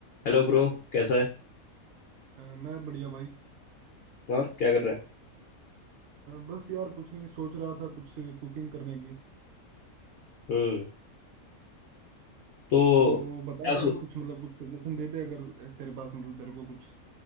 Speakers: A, on the left (about 65°); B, on the right (about 60°).
A: Hello bro कैसा है
B: अ, मैं बढ़िया भाई अ,
A: और क्या कर रहा है
B: बस यार कुछ नहीं सोच रहा था कुछ कुकिंग करने की
A: हम्म तो
B: तो
A: क्या
B: बता दे
A: सो
B: यार कुछ मतलब कुछ सजेशन दे दे अगर अ, तेरे पास मतलब तेरे को कुछ